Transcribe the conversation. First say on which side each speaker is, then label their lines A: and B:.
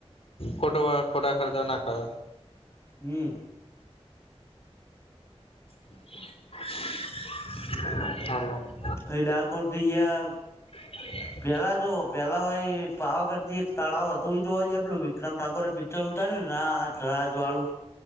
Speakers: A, on the left (about 65°); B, on the left (about 25°).
A: ખોટા ખોટા ખર્ચા ના કર.
B: હમ્મ
A: <inaudible>
B: અઈ ડાકોરથી ગિયા
A: <inaudible>
B: પેલા જો પેલા ભ એ પાવાગઢથી એક તળાવ હતું એ જોવા જ આપેલું વિક્રમ ઠાકોરે ચડું ત ને રાજ રાજ વાળું?